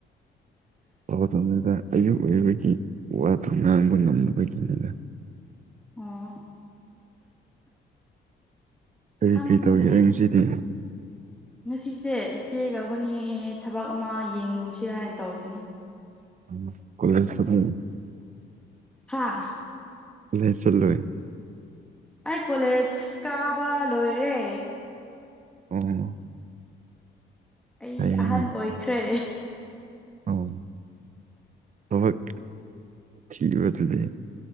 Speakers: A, on the right; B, in the centre.
A: ꯇꯧꯗꯝ ꯅꯤꯗ ꯑꯌꯨꯛ ꯑ‌ꯣꯏꯕꯒꯤ ꯋꯥꯗꯨ ꯉꯥꯡꯕ ꯉꯝꯗꯕꯒꯤꯅꯤꯅꯥ
B: ꯑꯣ
A: ꯀꯔꯤ
B: ꯈꯪꯗꯦ
A: ꯀꯔꯤ ꯇꯧꯒꯦꯔꯥ ꯉꯁꯤꯗꯤ
B: ꯉꯁꯤꯁꯦ ꯏꯆꯦꯒ ꯑꯩꯈꯣꯏꯅꯤ ꯊꯕꯛ ꯑꯃ ꯌꯦꯡꯉꯨꯁꯦ ꯍꯥꯏꯅ ꯇꯧꯔꯤꯅꯦ
A: ꯑ‌ꯣ ꯀ‌ꯣꯂ‌ꯦꯁ ꯆꯠꯂꯤ
B: ꯍꯥꯥ
A: ꯀ‌ꯣꯂꯦꯁ ꯆꯠꯂ‌ꯣꯏ
B: ꯑꯩ ꯀꯣꯂꯦꯖ ꯀꯥꯕ ꯂꯣꯏꯔꯦ
A: ꯑꯣ
B: ꯑꯩ
A: ꯐꯩꯌꯦꯅꯦ
B: ꯑꯍꯟ ꯑꯣꯏꯈ꯭ꯔꯦ
A: ꯑꯣ ꯊꯕꯛ ꯊꯤꯕ ꯑꯗꯨꯗꯤ